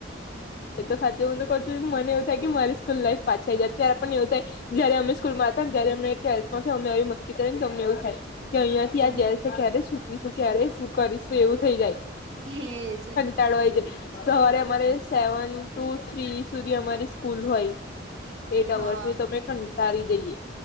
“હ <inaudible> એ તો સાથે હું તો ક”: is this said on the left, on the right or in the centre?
Left